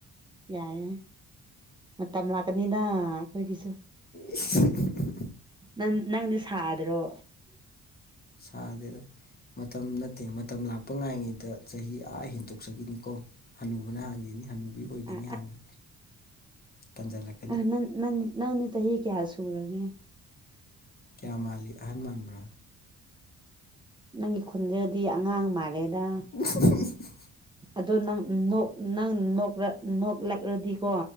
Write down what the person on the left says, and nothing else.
ꯏꯁ <unintelligible>
ꯁꯥꯗꯦꯗ ꯃꯇꯝ ꯅꯠꯇꯦ ꯃꯇꯝ ꯂꯥꯛꯄ ꯉꯥꯏꯉꯩꯗ ꯆꯍꯤ ꯑꯥ ꯍꯦꯟꯇꯣꯛꯆꯈꯤꯅꯤꯀꯣ ꯍꯅꯨꯍꯅ ꯍꯥꯟꯈꯤꯅꯤ ꯍꯅꯨꯕꯤ ꯑꯣꯏꯒꯤꯅꯤ
ꯍꯥꯟꯅ ꯇꯟꯖꯜꯂꯛ
ꯀꯌꯥ ꯃꯥꯜꯂꯤ ꯑꯍꯟ ꯃꯥꯟꯕ꯭ꯔꯥ
<unintelligible>